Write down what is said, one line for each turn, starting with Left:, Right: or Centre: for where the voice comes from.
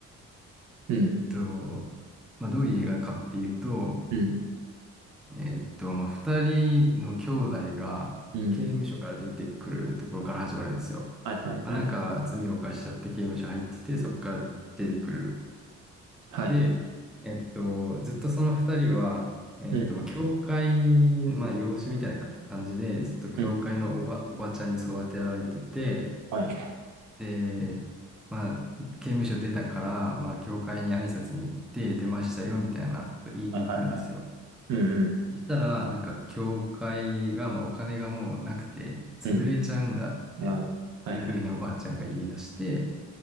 Right: うん、
Centre: えっと、まあ、どういう映画かっていうと、
Right: うん、
Centre: えーっと、まあ、二人の兄弟が刑務所から出てくるところから始まるんですよ。
Right: うん。はいはいはい。
Centre: まあ、なんか罪を犯しちゃって刑務所入ってて、そこから出てくる。
Right: はい。
Centre: で、えっと、ずっとその二人は、えっと、
Right: うん、
Centre: まあ、教会、まあ、養子みたいな感じで、ずっと教会のおば、
Right: うん。
Centre: おばちゃんに育てられてて、
Right: はい。
Centre: で、まあ、刑務所出たから、まあ、教会に挨拶に行って出ましたよみたいなこと言いに行くんですよ。
Right: はいはい。うん、うん、
Centre: そしたら、なんか、教会が、まあ、お金がもうなくて、潰れちゃうんだっていうふうにおばあちゃんが言い出して、
Right: うん。あらあら。はいはい。